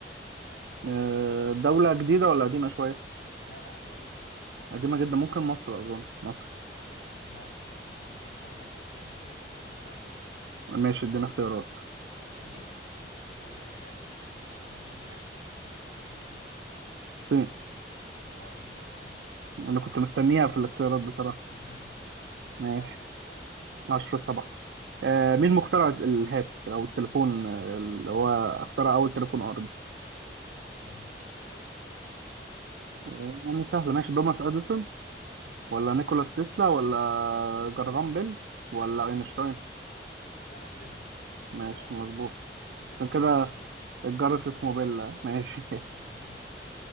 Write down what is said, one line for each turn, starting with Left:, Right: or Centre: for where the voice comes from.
Right: آه، دولة جديدة ولا قديمة شوية؟
Left: لا لا قديمة جدا
Right: قديمة جدا ممكن مصر أظن مصر
Left: لا مش مصر هديلك فرصة تانية هديلك اختيارات تمام
Right: ماشي ادينا اختيارات
Left: الهند ولا العراق ولا اليونان ولا الصين
Right: الصين
Left: عاش إجابة صحيحة
Right: أنا كنت مستنيها في الاختيارات بصراحة
Left: <laughs>
Right: ماشي
Left: كده عشرة سبعة
Right: اشرف طبعا آه، مين مخترع الهاتف او التليفون آه، اللي هو اخترع اول تليفون ارضي
Left: مم. مفيش اختيارات
Right: آه، يعني سهله ماشي توماس اديسون ولا نيكولاس تسلا ولا جرغام بيل ولا اينشتاين
Left: جارون بيل عشان كده
Right: ماشي مظبوط
Left: اسمه شبه
Right: عشان كده
Left: الرنة كده.
Right: الجرس اسمه بيل آه، ماشي <laughs>
Left: آه. <laughs>